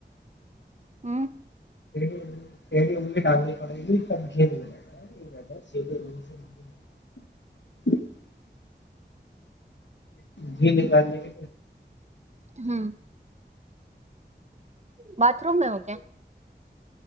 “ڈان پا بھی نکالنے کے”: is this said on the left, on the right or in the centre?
Left